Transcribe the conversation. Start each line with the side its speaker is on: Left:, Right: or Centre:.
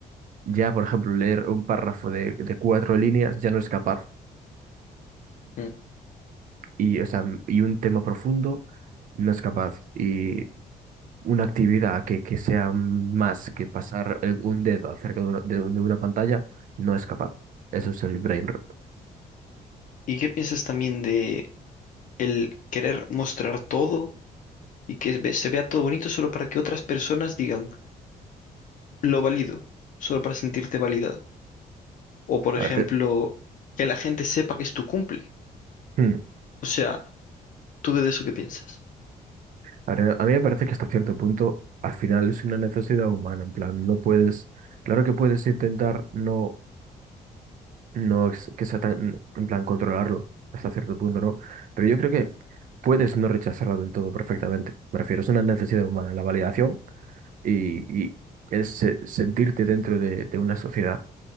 Right: ya, por ejemplo, leer un párrafo de, de cuatro líneas ya no es capaz.
Left: Mm.
Right: y, o sea, m- y un tema profundo no es capaz. Y una actividad que, que sea más que pasar el- un dedo acerca de una, de de una pantalla no es capaz. Eso es el brain rot.
Left: ¿Y qué piensas también de el querer mostrar todo? y que ve- se vea todo bonito solo para que otras personas digan, lo valido, solo para sentirte validado. O por ejemplo,
Right: A ver, eh,
Left: que la gente sepa que es tu cumple.
Right: <clears throat> hmm,
Left: O sea, ¿tú de eso qué piensas?
Right: a ver, a mí me parece que hasta cierto punto al final es una necesidad humana. En plan, no puedes, claro que puedes intentar no, no es- que sea tan, en plan, controlarlo hasta cierto punto, ¿no? Pero yo creo que puedes no rechazarlo del todo perfectamente. Me refiero, es una necesidad humana. La validación. y, y el se- sentirte dentro de, de una sociedad